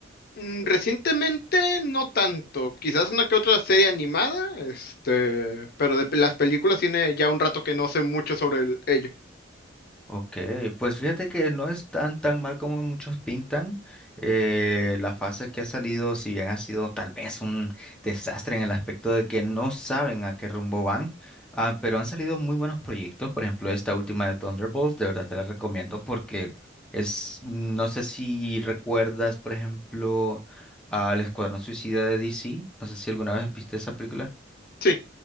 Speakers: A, on the left; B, in the centre.
A: Mm, Recientemente no tanto, quizás una que otra serie animada, este, pero de pe- las películas tiene ya un rato que no sé mucho sobre el- ello.
B: Ok, pues fíjate que no es tan tan mal como muchos pintan. Eh, la fase que ha salido, si bien ha sido tal vez un desastre en el aspecto de que no saben a qué rumbo van, ah, pero han salido muy buenos proyectos. Por ejemplo, esta última de Thunderbolts, de verdad te la recomiendo porque es, no sé si recuerdas, por ejemplo, al Escuadrón Suicida de DC. No sé si alguna vez viste esa película.
A: Sí,